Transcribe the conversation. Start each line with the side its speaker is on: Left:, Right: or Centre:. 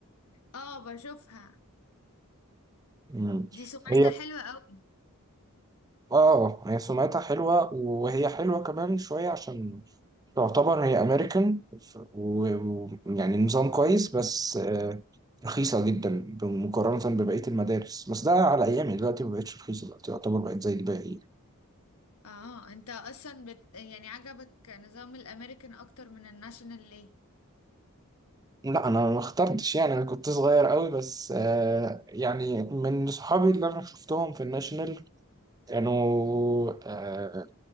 Left: آه بشوفها
Right: مم.
Left: دي سمعتها
Right: هي
Left: حلوة قوي
Right: اه هي سمعتها حلوة وهي حلوة كمان شوية عشان تعتبر هي امريكان ويعني نظام كويس بس آه، رخيصة جدا مقارنة ببقية المدارس بس ده على أيامي دلوقتي مبقتش رخيصة دلوقتي يعتبر بقت زي الباقي
Left: آه أنت أصلا بت... يعني عجبك نظام الأمريكان أكتر من الناشونال ليه؟
Right: لا أنا ما اخترتش يعني أنا كنت صغير قوي بس آه، يعني من صحابي اللي أنا شفتهم في الناشونال كانوا آه،